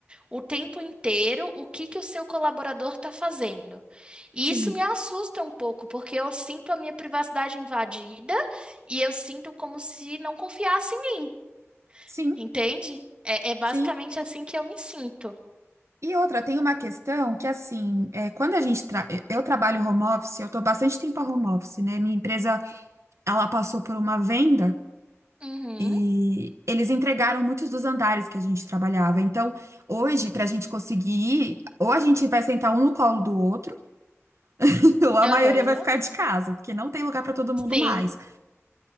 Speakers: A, on the right; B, on the right.
A: o tempo inteiro o que que o seu colaborador está fazendo. E
B: Sim,
A: isso me assusta um pouco, porque eu sinto a minha privacidade invadida e eu sinto como se não confiasse em mim,
B: sim,
A: entende? É, é basicamente
B: sim.
A: assim que eu me sinto.
B: E outra, tem uma questão que, assim, é, quando a gente... Tra... Eu trabalho home office, eu estou bastante tempo a home office, né? Minha empresa, ela passou por uma venda
A: Uhum,
B: e eles entregaram muitos dos andares que a gente trabalhava. Então, hoje, para a gente conseguir ir, ou a gente vai sentar um no colo do outro, <laughs> ou a
A: aham,
B: maioria vai ficar de casa, porque não tem lugar para todo mundo
A: Sim,
B: mais.